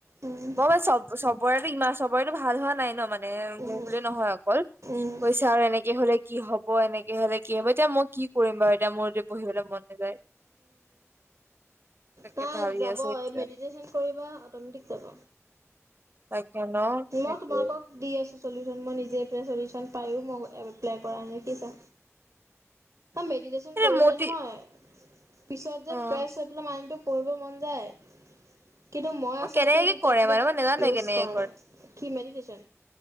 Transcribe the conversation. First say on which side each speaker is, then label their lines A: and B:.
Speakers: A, on the right; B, on the right.
A: উম
B: মই মানে চব চব চবৰেতো ইমান চবৰেতো ভাল হোৱা নাই ন মানে
A: উম
B: মোৰ বুলি নহয় অকল
A: উম
B: কৈছে আৰু এনেকে হ'লে কি হ'ব এনেকে হ'লে কি হ'ব এতিয়া মই কি কৰিম বাৰু এতিয়া মোৰ পঢ়িবলৈ মন নাযায়। তাকে
A: তাই
B: ভাবি
A: যাব
B: আছো এতিয়া
A: এই মেডিটেশ্যন কৰিবা অটোমেটিক যাব,
B: তাকে ন সেইটোৱে
A: মই তোমালোকক- দি আছোঁ চলিউচন মই নিজে এইটো চলিউচন পায়ো মই এপ্লাই কৰা নাই দেখিছা। মেডিটেশ্যন
B: এ
A: কৰিলে
B: মতি
A: নহয়, পিছত যে
B: অ'
A: ফ্ৰেছ হৈ পেলাই মাইণ্ডটো- পঢ়িব মন যায়। কিন্তু মই
B: অ'
A: আচলতে
B: কেনেকে
A: এইটো
B: কৰে
A: টেকনিক
B: মানে মই নাজানো
A: ইউজ
B: কেনেকে
A: কৰা নাই, কি মেডিটেশ্যন?